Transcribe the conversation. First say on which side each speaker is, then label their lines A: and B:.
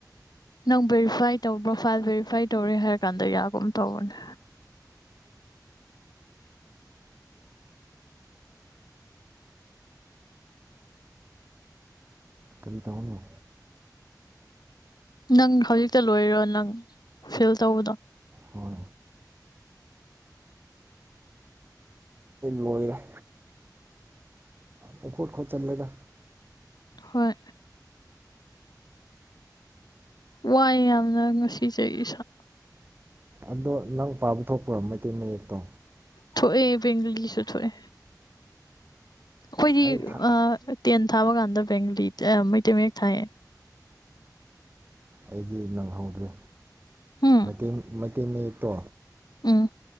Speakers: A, on the left; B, on the right.
A: ꯅꯪ ꯚꯦꯔꯤꯐꯥꯏ ꯇꯧꯕ꯭ꯔꯣꯐꯥꯏꯜ ꯚꯦꯔꯤꯐꯥꯏ ꯇꯧꯔꯦ ꯍꯥꯏꯔ ꯀꯥꯟꯗ ꯌꯥꯒꯨꯝ ꯇꯧꯕꯅꯦ꯫
B: ꯀꯔꯤ ꯇꯧꯅꯤ?
A: ꯅꯪ ꯍꯧꯖꯤꯛꯇ ꯂꯣꯏꯔꯣ ꯅꯪ ꯐꯤꯜ ꯇꯧꯕꯗꯣ?
B: ꯍꯣꯏ ꯂꯣꯏꯔꯦ꯫ ꯄꯥꯡ ꯈꯣꯠ ꯈꯣꯠꯆꯜꯂꯦꯗꯥ꯫
A: ꯍꯣꯏ꯫ ꯋꯥꯏ ꯌꯥꯝꯅ ꯉꯁꯤꯁꯦ ꯏ ꯁꯥ꯫
B: ꯑꯗꯣ ꯅꯪ ꯄꯥꯕ ꯊꯣꯛꯄꯔꯣ ꯃꯇꯩ ꯃꯌꯦꯛꯇꯣ?
A: ꯊꯣꯛꯑ ꯕꯦꯡꯒꯂꯤꯁꯨ ꯊꯣꯛꯑꯦ꯫ ꯑꯩꯈꯣꯏꯗꯤ
B: ꯑꯩ ꯊ
A: ꯇꯦꯟ ꯊꯥꯕ ꯀꯥꯟꯗ ꯕꯦꯡꯒꯂꯤ ꯏ ꯃꯩꯇꯩ ꯃꯌꯦꯛ ꯊꯥꯏꯌꯦ꯫
B: ꯑꯩꯗꯤ ꯅꯪꯍꯧꯗ꯭ꯔꯦ꯫
A: ꯎꯝ
B: ꯃꯇꯦꯡ ꯃꯩ ꯇ ꯃꯌꯦꯛꯇꯣ
A: ꯎꯝ꯫